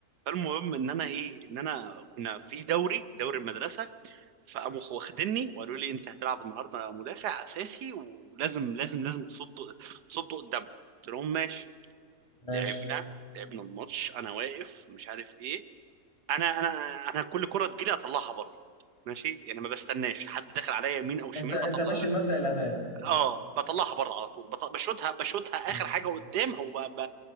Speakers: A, on the right (about 85°); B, on the left (about 20°).
A: فالمهم ان انا ايه ان انا كنا في دوري دوري المدرسه فقاموا واخديني وقالوا لي انت هتلعب النهارده مدافع اساسي ولازم لازم لازم تصد تصد قدامه قلت لهم ماشي
B: ماشي
A: لعبنا لعبنا الماتش انا واقف مش عارف ايه انا انا انا كل كره تجيلي اطلعها بره ماشي يعني ما بستناش حد داخل عليا يمين او شمال
B: أنت أنت
A: بطلع
B: ماشي بمبدأ الأمان
A: اه بطلعها بره على طول بط... بشوتها بشوتها اخر
B: مم.
A: حاجه قدام او ب... ب...